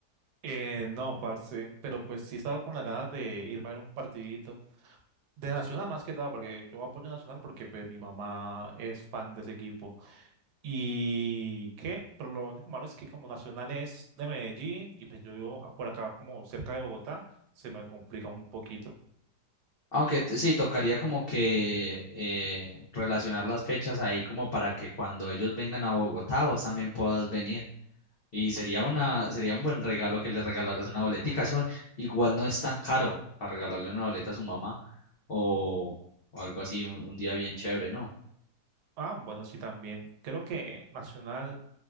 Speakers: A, on the right; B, on the left.
A: Eh, no, parce, pero pues sí estaba con las ganas de irme a ver un partidito de Nacional más que nada, porque yo apoyo a Nacional porque pues mi mamá es fan de ese equipo. Y qué, pero lo único malo es que como Nacional es de Medellín y pues yo vivo por acá como cerca de Bogotá, se me complica un poquito.
B: Aunque t- sí, tocaría como que eh, relacionar las fechas ahí como para que cuando ellos vengan a Bogotá vos también puedas venir. Y sería una, sería un buen regalo que le regalaras una boletica. Eso igual no es tan caro para regalarle una boleta a su mamá o, o algo así, un, un día bien chévere, ¿no?
A: Ah, bueno, sí también. Creo que Nacional